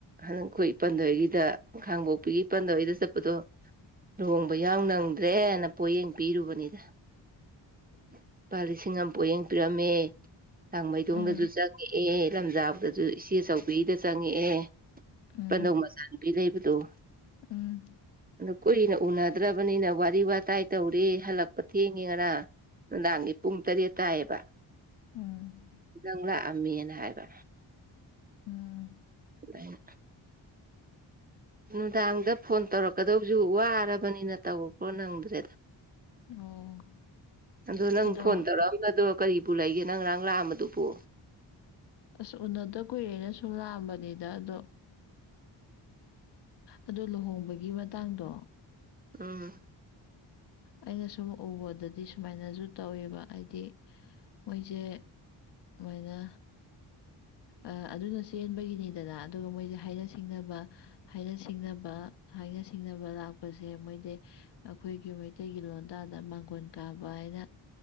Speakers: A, on the right; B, on the left.
A: ꯍꯥꯟꯗꯛ ꯑꯩꯈꯣꯏ ꯏꯄꯟ ꯍꯣꯏꯒꯤꯗ ꯈꯥꯡꯕꯣꯛꯄꯤꯒꯤ ꯏꯄꯥꯟꯗꯩ ꯍꯣꯏꯗ ꯆꯠꯄꯗꯣ ꯂꯨꯍꯣꯡꯕ ꯌꯥꯎ ꯅꯪꯗ꯭ꯔꯦꯅ ꯄꯣꯠꯌꯦꯡ ꯄꯤꯔꯨꯕꯅꯤꯗ ꯂꯨꯄꯥ ꯂꯤꯁꯤꯡ ꯑꯃ ꯄꯣꯌꯦꯡ ꯄꯤꯔꯝꯃꯦ ꯂꯪꯡꯃꯩꯗꯣꯡꯗꯖꯨ
B: ꯎꯝ
A: ꯆꯪꯉꯛꯑꯦ ꯂꯝꯖꯥꯎꯗꯖꯨ ꯏꯆꯦꯆꯧꯕꯤꯒꯤꯗ ꯆꯪꯉꯛꯑꯦ
B: ꯎꯝ
A: ꯏꯄꯟꯗꯧ ꯃꯆꯥꯅꯨꯨꯄꯤ ꯂꯩꯕꯗꯣ <unintelligible>
B: ꯎꯝ
A: ꯀꯨꯏꯅ ꯎꯅꯗ꯭ꯔꯕꯅꯤꯅ ꯋꯥꯠ ꯋꯥꯔꯤ ꯋꯥꯇꯥꯏ ꯇꯧꯔꯦ ꯍꯜꯂꯛꯄ ꯊꯦꯡꯉꯦ ꯉꯔꯥꯡ ꯅꯨꯡꯗꯥꯡꯒꯤ ꯄꯨꯡ ꯇꯔꯦꯠ ꯇꯥꯏꯌꯦꯕ
B: ꯎꯝ
A: ꯅꯪ ꯂꯥꯛꯑꯝꯃꯦꯅ ꯍꯥꯏꯕ
B: ꯎꯝ
A: <inaudible> ꯅꯨꯡꯗꯥꯡꯗ ꯐꯣꯟ ꯇꯧꯔꯛꯀꯗꯕꯖꯨ ꯋꯥꯔꯕꯅꯤꯅ ꯇꯧꯔꯛꯄ ꯅꯪꯗ꯭ꯔꯦꯗ
B: ꯑꯣ
A: ꯑꯗꯨ ꯅꯪ
B: ꯑꯗꯣ
A: ꯐꯣꯟ ꯇꯧꯔꯛꯑꯝ ꯕꯗꯣ ꯀꯔꯤꯕꯨ ꯂꯩꯒꯦ ꯅꯪ ꯉꯔꯥꯡ ꯂꯥꯛꯑꯝꯕꯗꯨꯕꯨ
B: ꯑꯁ ꯎꯅꯗ ꯀꯨꯏꯔꯦꯅ ꯁꯨꯝ ꯂꯥꯛꯑꯝꯕꯅꯤꯗ ꯑꯗꯣ ꯑꯗꯣ ꯂꯨꯍꯣꯡꯕꯒꯤ ꯃꯇꯥꯡꯗꯣ
A: ꯎꯝ
B: ꯑꯩꯅ ꯁꯨꯝ ꯎꯕꯗꯗꯤ ꯁꯨꯃꯥꯏꯅꯖꯨ ꯇꯧꯋꯦꯕ ꯍꯥꯏꯗꯤ ꯃꯣꯏꯖꯦ ꯁꯨꯃꯥꯏꯅ ꯑ ꯑꯗꯨꯅ ꯆꯦꯟꯕꯒꯤꯅꯤꯗꯅ ꯑꯗꯨꯒ ꯃꯣꯏꯖꯦ ꯍꯥꯏꯅ ꯁꯤꯡꯅꯕ ꯍꯥꯏꯅ ꯁꯤꯡꯅꯕ ꯍꯥꯏꯅ ꯁꯤꯡꯅꯕ ꯂꯥꯛꯄꯖꯦ ꯃꯣꯏꯗꯤ ꯑꯩꯈꯣꯏꯒꯤ ꯃꯩꯇꯩꯒꯤ ꯂꯣꯟꯗꯥꯗ ꯃꯥꯡꯒꯣꯟ ꯀꯥꯕ ꯍꯥꯏꯅ